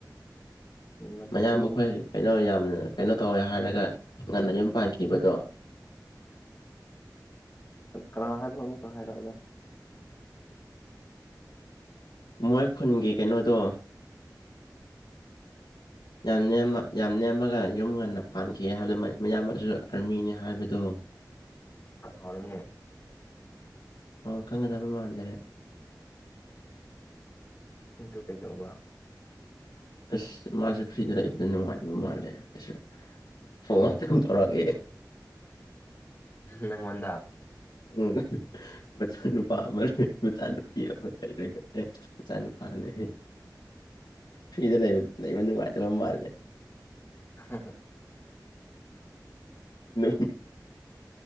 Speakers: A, on the left; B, on the left.
A: ꯃꯇꯨ
B: ꯃꯌꯥꯝꯕꯨ ꯑꯩꯈꯣꯏ ꯀꯩꯅꯣ ꯌꯥꯝꯅ ꯀꯩꯅꯣ ꯇꯧꯋꯦ ꯍꯥꯏꯔꯒ ꯉꯟꯅ ꯌꯨꯝ ꯄꯥꯟꯈꯤꯕꯗꯣ
A: ꯀꯅꯥ ꯍꯥꯏꯅꯣ ꯑꯃꯨꯛꯀ ꯍꯥꯏꯔꯛꯑꯣꯗ
B: ꯃꯣꯏ ꯈꯨꯟꯒꯤ ꯀꯩꯅꯣꯗꯣ ꯌꯥꯝꯅ ꯌꯥꯝ ꯅꯦꯝ ꯑꯃꯒ ꯌꯨꯝ ꯉꯟꯅ ꯄꯥꯟꯈꯤ ꯍꯥꯏꯕꯗꯨ ꯃꯌꯥꯝꯁꯨ ꯑꯥꯔꯃꯤꯅꯤ ꯍꯥꯏꯕꯗꯨ
A: ꯀꯅꯅꯣꯅꯦ
B: ꯑꯣ ꯈꯪꯒꯗꯕ ꯃꯜꯗ꯭ꯔꯦ
A: ꯑꯗꯨ ꯀꯩꯗꯧꯕ
B: ꯑꯁ ꯃꯥꯁꯨ ꯐ꯭ꯔꯤꯗ ꯂꯩꯕꯗ ꯅꯨꯡꯉꯥꯏꯇꯕ ꯃꯥꯜꯂꯦ ꯑꯁ ꯐꯣꯟ ꯑꯗꯨꯝ ꯇꯧꯔꯛꯑꯦ
A: ꯅꯪꯉꯣꯟꯗ
B: ꯎ ꯃꯆꯥꯅꯨꯄꯥ ꯑꯃ ꯃꯆꯥꯅꯨꯄꯤ ꯑꯃ ꯂꯩꯔꯒꯅꯦ ꯃꯆꯥꯅꯨꯄꯥ ꯅꯦꯍꯦ ꯐ꯭ꯤꯗ ꯂꯩ ꯂꯩꯕ ꯅꯨꯡꯉꯥꯏꯇꯕ ꯃꯥꯜꯂꯦ
A: ꯍꯥ ꯍꯥ
B: ꯅꯨꯡ